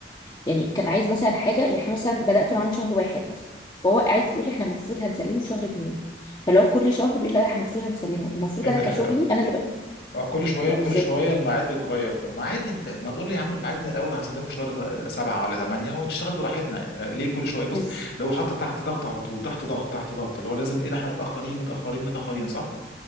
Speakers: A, on the left; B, on the left.
A: يعني كان عايز مثلا حاجه يعني احنا مثلا بدات معاه من شهر واحد مثلا فهو عايز يقول لي احنا المفروض هنسلمه في شهر اتنين فاللي هو كل شهر بيقول لا ده احنا المفروض هنسلمه المفروض
B: ايه
A: انا
B: ده
A: كشغلي
B: ايه ده
A: انا اللي بقى
B: اه كل شويه
A: ما
B: كل
A: بالظبط
B: شويه الميعاد بيتغير طب ما عادي انت ما تقول لي يا عم الميعاد من الاول هسلمه في شهر سبعه ولا ثمانيه ونشتغل براحتنا انت ليه كل شويه بص
A: بز
B: لو حاطط تحت ضغط على طول تحت ضغط تحت ضغط اللي هو لازم ايه ده احنا متاخرين متاخرين متاخرين صح؟